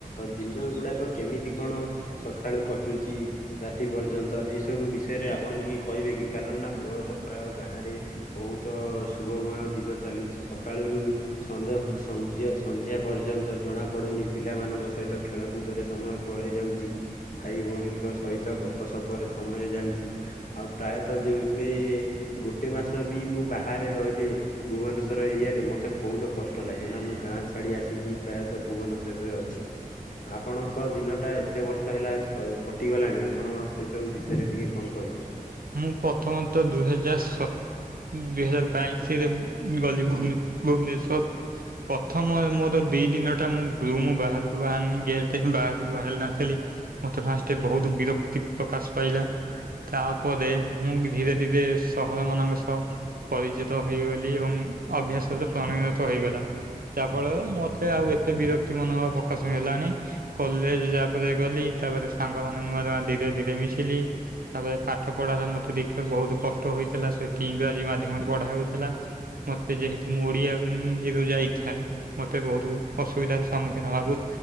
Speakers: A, on the left; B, on the right.
A: ଦିନ ଗୁଡ଼ାକ କେମିତି କଣ ସଖାଳୁ କଟୁଚି ରାତି ପର୍ଯ୍ୟନ୍ତ ଏଇ ସବୁ ବିଷୟରେ ଆପଣ ଟିକେ କହିବେ କି କାରଣ ନା ମୋ ତ ପ୍ରାୟ ଗାଁରେ ବୋହୁତ ଶୁଭମୟ ଦିନ ଚାଲୁଚି ସକାଳରୁ ସଞ୍ଜ ସଞ୍ଜ୍ୟା ସନ୍ଧ୍ୟା ପର୍ଯ୍ୟନ୍ତ ଜଣା ପଡ଼ୁନି ପିଲାମାନଙ୍କ ସହିତ ଖେଳକୁଦରେ ସମୟ ପଳେଇ ଯାଉଚି। ଭାଇ ଭୋଉଣୀଙ୍କ ସହିତ ଗପସପରେ ସମୟ ଯାଉଚି ଆଉ ପ୍ରାୟତଃ ଯୋଉ ଏବେ ଗୋଟେ ମାସ ବି ମୁଁ ବାହାରେ ରହିଲେ ଭୁବନେଶ୍ଵର ଏରିଆରେ ମତେ ବହୁତ କଷ୍ଟ ଲାଗେ ନାଁ ମୁଁ ଗାଁ ଛାଡ଼ି ଆସିକି ପ୍ରାୟତଃ ଭୁବନ ତରରେ ଅଛି ଆପଣଙ୍କ ଦିନଟା ଏତେ ବର୍ଷ ହେଲା ସ କଟିଗଲାଣି ଆ ଆପଣ ସେ ସବୁ ବିଷୟରେ ଟିକେ କଣ କହିବେ।
B: ମୁଁ ପଥମତଃ ଦୁଇ ହଜାର ସ ଦୁଇ ହଜାର ବାଇ ଶିରେ ଗଲି ଭୁନେ ଗଲି ଭୁବନେଶ୍ଵର। ପଥମ ମୋର ଦି ଦିନଟା ମୁଁ ଗୃହର ବାହାରକୁ ବାହାରିନି ଗେଟ ବାହାରକୁ ବାହାରି ନଥିଲି। ମତେ ଫାଷ୍ଟେ ବହୁତ ବିରକ୍ତି ପ୍ରକାଶ ପାଇଲା ତା ପରେ ମୁଁ ଧୀରେ ଧୀରେ ସହରମାନଙ୍କ ସହ ପରିଚିତ ହେଇଗଲି ଏବଂ ଅଭ୍ୟାସରେ ପ୍ରଣିଣତ ହୋଇଗଲା। ଯାହା ଫଳରେ ମତେ ଆଉ ଏତେ ବିରକ୍ତି ମନୋଭାବ ପକାଶ ହେଲାଣି। କଲେଜ୍ ଯା ପରେ ଗଲି ତାପରେ ସାଙ୍ଗ ମାନେ ନୂଆ ନୂଆ ଧୀରେ ଧୀରେ ମିଶିଲି ତାପରେ ପାଠ ପଢ଼ାରେ ମୋତେ ଦେଖେ ବହୁତ କଷ୍ଟ ହୋଇଥିଲା ସେଠି ଇଂରାଜୀ ମାଧ୍ୟମରେ ପଢ଼ା ହୋଉଥୁଲା। ମତେ ଯେହେତୁ ମୁଁ ଓଡ଼ିଆ ମ୍ୟୁଜିରୁ ଯାଇଥାଏ ମତେ ବହୁତୁ ଅସୁବିଧାର ସମ୍ମୁଖୀନ ହବାକୁ